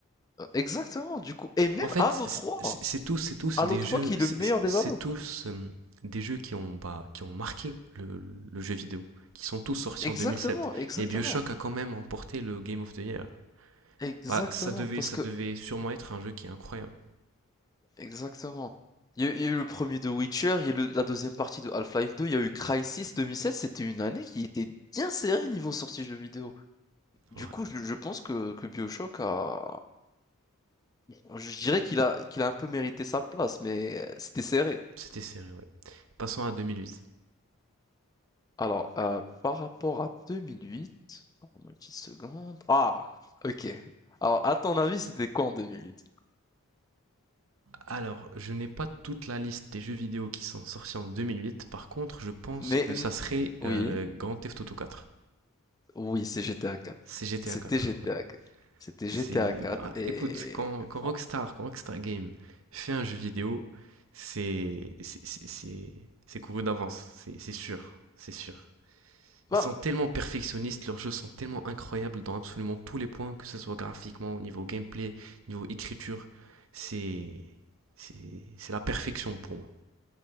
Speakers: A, on the left; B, on the right.
A: euh, exactement, du coup. Et même
B: En fait,
A: Halo 3.
B: c'est- tous, c'est tous
A: Halo
B: des
A: 3
B: jeux,
A: qui est le
B: c'est
A: meilleur des Halo.
B: tous euh, des jeux qui ont, bah, qui ont marqué le, le jeu vidéo, qui sont tous sortis
A: Exactement,
B: en 2007.
A: exactement.
B: Et BioShock a quand même remporté le Game of the Year.
A: Exactement,
B: Bah, ça devait,
A: parce
B: ça
A: que,
B: devait sûrement être un jeu qui est incroyable.
A: exactement. Il y a, eu il y a eu le premier de Witcher, il y a eu le- la deuxième partie de Half-Life 2, il y a eu Crysis 2007, c'était une année qui était bien serrée niveau sortie jeux vidéo. Du
B: En vrai,
A: coup, je, je pense que, que BioShock a, je dirais qu'il a, qu'il a un peu mérité sa place, mais euh, c'était serré.
B: c'était serré, ouais. Passons à 2008.
A: Alors, heu, par rapport à 2008, donne-moi une petite seconde. Ah! OK. Alors, à ton avis, c'était quoi en 2008?
B: Alors, je n'ai pas toute la liste des jeux vidéo qui sont sortis en 2008. Par contre, je pense
A: Mais
B: que
A: n
B: ça serait
A: oui,
B: euh, Grand Theft Auto 4.
A: oui, c'est GTA 4.
B: C'est GTA
A: C'était
B: 4,
A: GTA
B: oui.
A: 4. C'était
B: C'est,
A: GTA 4
B: bah,
A: et
B: écoute, quand, quand Rockstar,
A: bon,
B: quand Rockstar Game fait un jeu vidéo, c'est, c'est, c'est, c'est- c'est couru d'avance, c'est c'est sûr, c'est sûr.
A: Bah,
B: Ils sont tellement perfectionnistes, leurs jeux sont tellement incroyables dans absolument tous les points, que ce soit graphiquement, au niveau gameplay, niveau écriture, c'est, c'est, c'est la perfection pour moi.